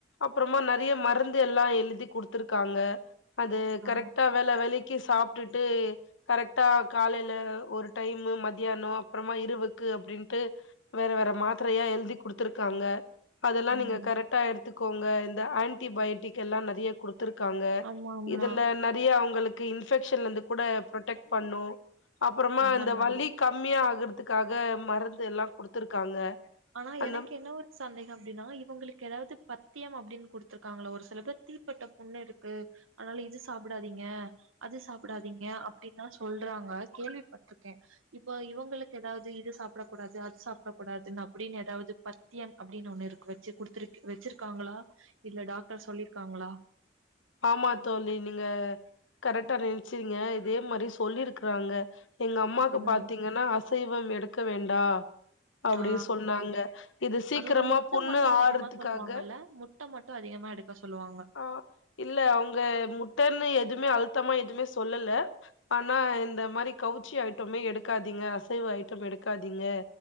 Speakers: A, on the left; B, on the right.
A: அப்றமா நறைய மருந்து எல்லா எழுதி குடுத்துருக்காங்க அது
B: ஆ
A: கரெக்டா வேள வேளைக்கு சாப்ட்டுட்டு கரெக் ட்டா காலைல ஒரு டைமு மதியானோ அப்றமா இரவுக்கு அப்டின்ட்டு வேற வேற மாத்ரையா எழுதி குடுத்துருக்காங்க அதெல்லா
B: ம்
A: நீங்க கரெக்டா எடுத்துக்கோங்க இந்த ஆன்டிபயோட்டிக் எல்லா நறைய குடுத்துருக்காங்க
B: ஆமா ஆமா
A: இதுல நறைய அவுங்களுக்கு இன்ஃபெக்ஷன்லந்து கூட ப்ரொடெக்ட் பண்ணு அப்றமா
B: அந்த
A: இந்த
B: மாதிரி
A: வலி கம்மியாகுறதுக்காக மருந்து எல்லா குடுத்துருக்காங்க
B: ஆனா
A: அந்த
B: எனக்கு என்ன ஒரு சந்தேகம் அப்டின்னா இவுங்களுக்கு எதாவ்து பத்தியம் அப்டின்னு குடுத்துருக்காங்களா ஒரு சில பேர் தீப்பட்ட புண்ணுருக்கு அதுனால இது சாப்டாதீங்க அது சாப்டாதீங்க அப்டின்னா சொல்றாங்க கேள்விப்பட்ருக்கே இப்ப இவங்களுக்கு எதாவ்து இது சாப்டக் கூடாது அது சாப்டக் கூடாதுன்னா அப்டின் எதாவ்து பத்தியம் அப்டின்னு ஒண்ணு இருக்கு வச்சு குடுத்துரு வச்சிருக்காங்ளா இல்ல டாக்டர் சொல்லிருக்காங்ளா
A: ஆமா தோழி நீங்க கரெக்டா நென்ச்சீங்க இதே மாரி சொல்லிருக்கறாங்க எங்கம்மாக்கு
B: ம்
A: பாத்தீங்கன்னா அசைவம் எடுக்க வேண்டா அப்டின்
B: ஆ
A: சொன்னாங்க இது சீக்ரமா
B: அது வந்து முட்ட
A: புண்ணு
B: மட்டு அதிகமா
A: ஆறதுக்காக
B: சொல்லுவாங்கல்ல முட்ட மட்டு அதிகமா எடுக்க சொல்லுவாங்க
A: ஆ இல்ல அவுங்க முட்டன்னு எதுமே அழுத்தமா எதுமே சொல்லல ஆனா இந்த மாரி கவுச்சி ஐட்டமே எடுக்காதீங்க அசைவ ஐட்டம் எடுக்காதீங்க